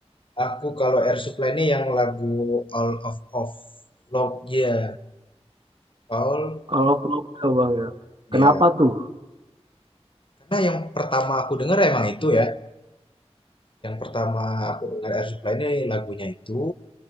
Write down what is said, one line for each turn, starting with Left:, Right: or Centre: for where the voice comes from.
Left: Aku kalau Air Supply ini yang lagu All of Of Love ya, Paul
Right: Kalau Flowcell bang ya.
Left: ya.
Right: Kenapa tuh?
Left: Karena yang pertama aku denger emang itu ya. Yang pertama aku dengar Air Supply ini lagunya itu,